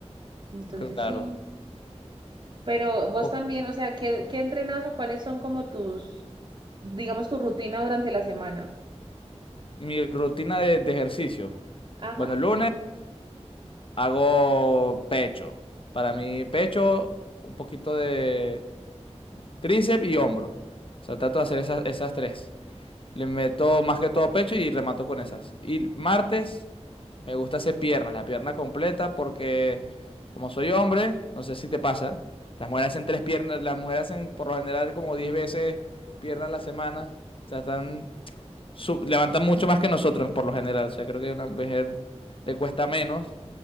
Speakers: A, on the right; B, on the left.
A: Entonces
B: claro.
A: sí. Pero vos
B: O-
A: también, o sea, ¿qué, qué entrenas o cuáles son como tus, digamos, tu rutina durante la semana?
B: mi rutina de, de ejercicio.
A: Ajá.
B: Bueno, el lunes hago pecho. Para mí, pecho, un poquito de tríceps y hombro. O sea, trato de hacer esas, esas tres. Le meto más que todo pecho y remato con esas. Y martes me gusta hacer piernas, la pierna completa, porque como soy hombre, no sé si te pasa, las mujeres hacen tres piernas, las mujeres hacen por lo general como 10 veces piernas a la semana, o sea, están, su- levantan mucho más que nosotros por lo general, o sea, creo que a una mujer le cuesta menos